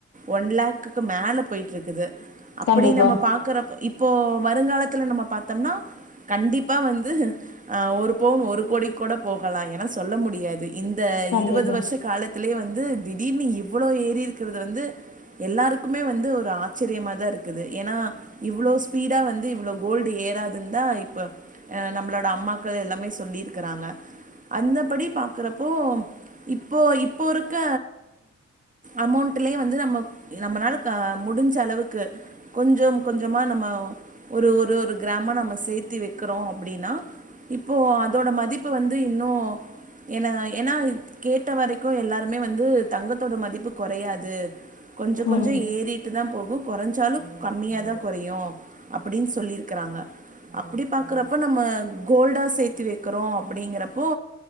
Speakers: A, on the right; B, on the left.
A: ஒன் லேக்குக்கு மேல போய்ட்ருக்குது அப்படி
B: கண்டிப்பா
A: நம்ம பாக்கறப் இப் ப்போ வருங்காலத்துல நம்ம பாத்தம்னா கண்டிப் பா வந்து அ ஒரு பொவுன் ஒரு கோடிக் கூட போகலா ஏன்னா சொல்ல முடியாது இந்த
B: கண்டிப்பா
A: இருவது வர்ஷ் காலத் இதுலயே வந்து திடீர்னு இவ்வளோ ஏறீர்க்கிறது வந்து எல்லாருக்குமே வந்து ஒரு ஆச்சிரியமாதா இருக்குது ஏனா இவ்ளோ ஸ்பீடா வந்து இவ்ளோ கோல்டு ஏறாதுன்தா இப்ப அ நம்மளோட அம்மாக்கள் எல்லாமே சொல்லிருக்குறாங்க அந்தபடி பாக்கறப்போ இப்போ இப்போ இருக்க அமௌண்ட்டுலே வந்து நம்ம நம்மனால க முடிஞ்ச அளவுக்கு கொஞ்சம் கொஞ்சமா நம்ம ஒரு ஒரு ஒரு கிராம நம்ம சேத்தி வெக் க்கறோ அப்டின்னா இப்போ அதோட மதிப்பு வந்து இன்னு என என்னா கேட்ட வரைக்கு எல்லாருமே வந்து தங்கத்தோட மதிப்பு கொறையாது கொஞ்ச கொஞ்சோ
B: ம்
A: ஏறிட்டு தா போகு கொறஞ்சாலுஞகம்மியாதா கொறையு அப்படின் சொல்லிருக்கறாங்க அப்புடிப் பாக்கறப்ப நம்ம கோல்டா சேத்தி வெக்கறோ அப்படிங்கிறப்போ